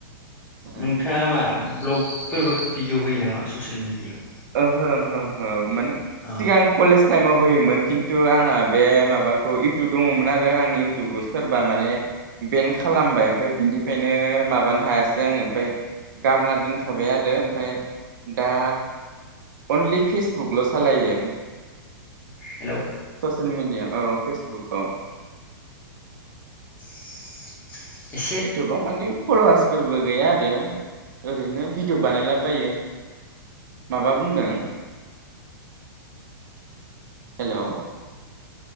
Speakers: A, on the right (about 60°); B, on the left (about 15°).
A: ओहो
B: नोंथाङा मा भ्लगफोरबो भिडिअ फोरबो होयो नामा ससेल मिडियाआव।
A: ओहो होओ हो हो। माने
B: अ
A: सिगां कलेज टाइमाव होयोमोन खिन्थु आंना बे माबाखौ इउटुब दङमोन आरो आंनि इउटुबखौ सोरबा माने बेन्द खालामबाय। ओमफ्राय बिनिफ्रायनो मा माबानो हायासै आङो ओमफ्राय गारना दोनखाबाय आरो ओमफ्राय दा अनलि फेसबुकल' सालायो।
B: हेलौ।
A: ससियेल मिडिया औ फेसबुक औ।
B: <unintelligible> एसे
A: एथ'बां माने फल'वार्सफोरबो गैया आरो ओरैनो भिदिअ बानायला बायो माबा बुंदों हेलौ